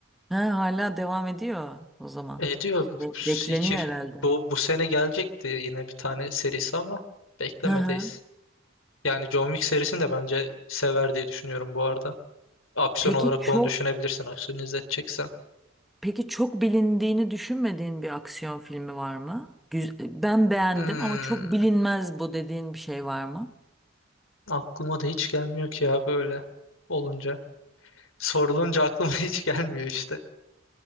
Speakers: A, in the centre; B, on the left.
A: Ha, hala devam ediyor o zaman.
B: E diyor
A: Be- Bekleniyor
B: iki
A: herhalde.
B: bu, bu sene gelecekti yine bir tane serisi ama beklemedeyiz.
A: Hı hı.
B: Yani John Wick serisini de bence sever diye düşünüyorum bu arada. Aksiyon
A: Peki
B: olarak
A: çok
B: onu düşünebilirsin aksiyon izleteceksen.
A: peki çok bilindiğini düşünmediğin bir aksiyon filmi var mı? Güz- Ben beğendim
B: Hmm,
A: ama çok bilinmez bu dediğin bir şey var mı?
B: aklıma da hiç gelmiyor ki ya böyle olunca. Sorulunca aklıma <laughs> hiç gelmiyor işte.